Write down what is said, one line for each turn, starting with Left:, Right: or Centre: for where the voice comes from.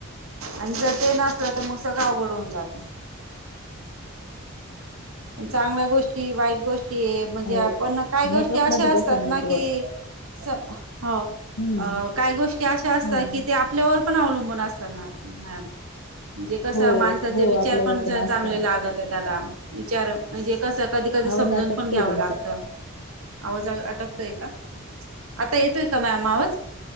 Right: आणि जर ते नसलं तर मग सगळं अवघड होऊन जातं पण चांगल्या गोष्टी वाईट गोष्टी कि म्हणजे
Left: अरे
Right: आपण काही गोष्टी
Left: नेटवर्क
Right: अशा
Left: मध्ये
Right: असतात
Left: बसा नेटवर्क
Right: ना कि स हो
Left: हम्म
Right: काही गोष्टी अशा असतात
Left: हो
Right: की ते आपल्यावर पण अवलंबून असतात <unintelligible> म्हणजे कसं
Left: हो
Right: माणसाचे
Left: हो
Right: विचार
Left: आपल्यावर
Right: पण चांगले
Left: असता
Right: लागल्यात त्याला विचार म्हणजे, कसं कधी कधी
Left: आवाज
Right: समजून
Left: अटकतोय
Right: पण घ्यावं
Left: तुमचा
Right: लागत. आवाज आटकतोय का? आता येतोय का मॅम आवाज